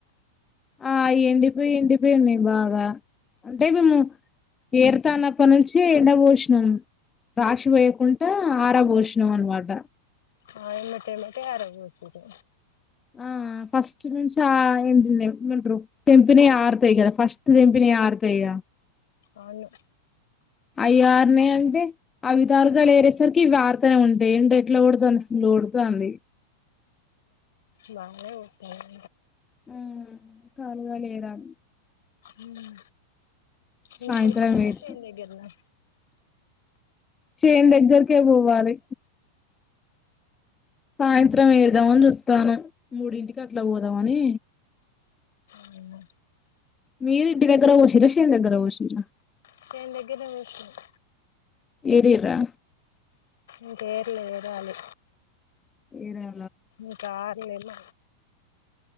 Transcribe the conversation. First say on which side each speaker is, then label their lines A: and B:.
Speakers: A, on the left; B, on the left.
A: ఆ ఎండిపోయి ఎండిపోయి ఉన్నాయి బాగా అంటే మేము చేరుతానప్ప నుంచి సే ఎలా పోషణం రాశి వయకుండా ఆరభోష మన్ వాట
B: ఆ ఏమట ఏమట ఆయరు వచ్చిది
A: ఆ ఫస్ట్ నుంచి ఆ ఏంటింపంటారు తెంపినవి ఆరుతాయి కదా ఫస్ట్ తెంపినావి ఆరుతాయిగా
B: అవును
A: అయ్యర్నే అంటే అవిధారుగా లేరేసరికి ఇవిడతనే ఉంటాయి ఏంటో ఎట్లా ఓడుతంది అ ఓడుతంది
B: బాగా వస్తావా
A: ఉమ్ కాలిగా లే రా
B: ఉమ్
A: సాయంత్రం
B: ఇంటి దగ్గరనా
A: ఏరుతాం
B: చేను దగ్గరనా
A: చేన్ దగ్గరకే పోవాలి సాయంత్రం ఏరుదామని చూస్తాను మూడింటికి అట్లా పోదామని
B: అవునా
A: మీరు ఇంటి దగ్గర పోసినారా చేను దగ్గర పోసినారా
B: నచేను దగ్గరనే పోసినామ్
A: ఏరిర్రా
B: ఇంకా ఏర్లే ఏరాలి
A: ఏరా
B: ఇంకా ఆర్లేదు